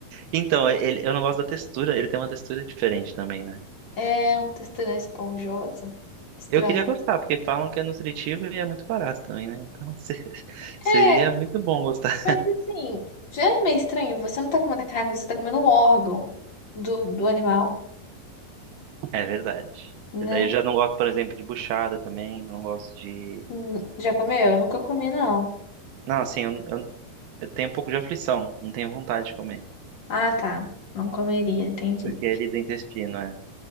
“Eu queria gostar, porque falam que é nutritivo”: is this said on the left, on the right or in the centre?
Right